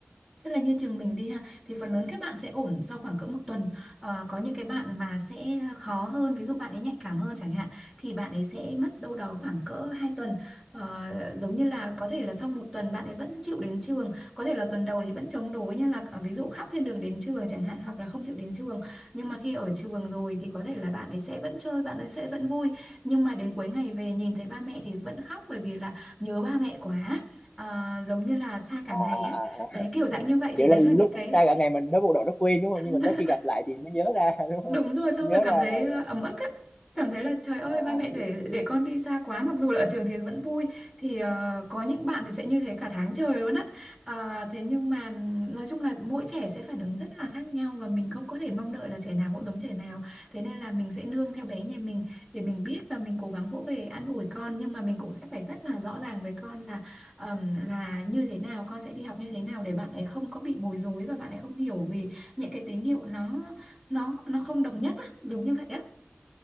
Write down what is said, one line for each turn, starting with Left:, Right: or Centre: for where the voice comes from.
Centre: Tức là như trường mình đi ha thì phần lớn các bạn sẽ ổn sau khoảng cỡ một tuần Ờ, có những cái bạn mà sẽ khó hơn ví dụ bạn ấy nhạy cảm hơn chẳng hạn thì bạn ấy sẽ mất đâu đó khoảng cỡ hai tuần Ờ, giống như là có thể là sau một tuần bạn ấy vẫn chịu đến trường có thể là tuần đầu thì vẫn chống đối như là ờ, ví dụ khóc trên đường đến trường chẳng hạn hoặc là không chịu đến trường nhưng mà khi ở trường rồi thì có thể là bạn ấy sẽ vẫn chơi bạn ấy sẽ vẫn vui nhưng mà đến cuối ngày về nhìn thấy ba mẹ thì vẫn khóc bởi vì là nhớ ba mẹ quá Ờ, giống như là xa cả
Left: à,
Centre: ngày
Left: à,
Centre: ấy
Left: à,
Centre: đấy
Left: à.
Centre: kiểu dạng như vậy
Left: kiểu
Centre: thì đấy
Left: là lúc
Centre: là những cái
Left: xa cả ngày mình nói bộ đội nó quên đúng không nhưng
Centre: <laughs>
Left: mà tới khi gặp lại thì mới nhớ ra <laughs> đúng không
Centre: Đúng rồi, xong
Left: nhớ
Centre: rồi cảm
Left: ra
Centre: thấy
Left: là
Centre: ờ, ấm ức á. Cảm thấy là trời ơi
Left: à,
Centre: ba mẹ
Left: à
Centre: để
Left: hiểu hiểu
Centre: để con đi xa quá mặc dù là ở trường thì vẫn vui thì ờ, có những bạn thì sẽ như thế cả tháng trời luôn á Ờ, thế nhưng mà ừm, nói chung là mỗi trẻ sẽ phản ứng rất là khác nhau và mình không có thể mong đợi là trẻ nào cũng giống trẻ nào thế nên là mình sẽ nương theo bé nhà mình để mình biết và mình cố gắng vỗ về an ủi con nhưng mà mình cũng sẽ phải rất là rõ ràng với con là ờm, là như thế nào con sẽ đi học như thế nào để bạn ấy không có bị bối rối và bạn ấy không hiểu vì những cái tín hiệu nó nó nó không đồng nhất á giống như vậy á